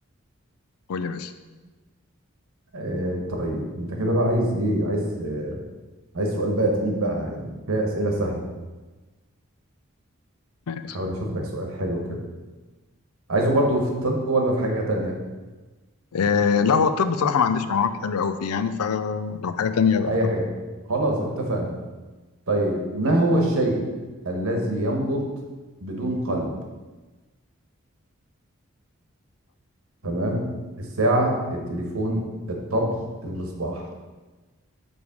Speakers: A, on the left; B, on the right.
A: قول يا باشا
B: آه طيب انت كده بقى عايز ايه عايز آه، عايز سؤال بقى تقيل بقى يعني فيها اسئله سهله
A: ماشي
B: حاول اشوف لك سؤال حلو كده عايزه برضو في الطب ولا في حاجه تانية
A: إيه لا هو الطب بصراحه ما عنديش معلومات حلوه قوي فيه يعني فلو حاجه تانية بقى
B: اي حاجه تانية. خلاص اتفقنا طيب ما هو الشيء الذي ينبض بدون قلب تمام الساعه التليفون الطبل الصباح